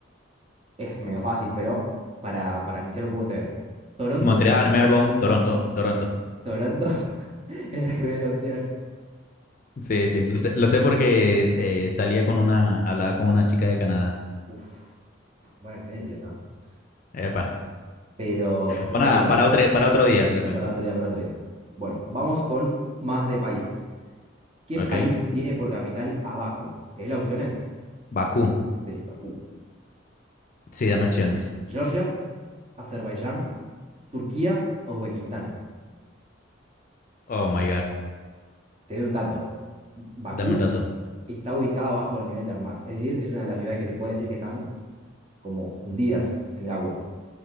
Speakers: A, on the right; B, on the left.
A: Es medio fácil, pero para, para mixar un poco este. Toronto,
B: Montreal, Melbourne, Toronto, Toronto.
A: Toronto <laughs> es la primera opción.
B: Sí, sí, lo sé, lo sé porque eh, salía con una, hablaba con una chica de Canadá.
A: Uf, buena experiencia esa. ¿eh?
B: Epa.
A: Pero,
B: Bueno,
A: pero,
B: para otro, para otro día te la
A: y
B: cuento.
A: para otro día, para otro día. Bueno, vamos con más de países. ¿Qué
B: Ok.
A: país tiene por capital a Bakú? ¿Querés las opciones?
B: Bakú.
A: Sí, Bakú.
B: Sí, dame opciones.
A: Georgia, Azerbaiyán, Turquía, Uzbekistán.
B: Oh my God.
A: Te doy un dato. Bakú
B: Dame un dato.
A: está ubicada bajo el nivel del mar. Es decir, es una de las ciudades que se puede decir que están como hundidas en el agua.